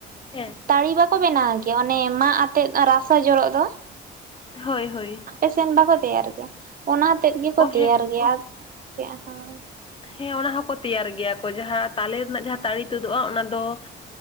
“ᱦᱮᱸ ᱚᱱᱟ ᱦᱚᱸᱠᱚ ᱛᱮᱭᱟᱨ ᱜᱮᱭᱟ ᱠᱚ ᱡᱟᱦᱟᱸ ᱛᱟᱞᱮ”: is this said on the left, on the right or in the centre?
Left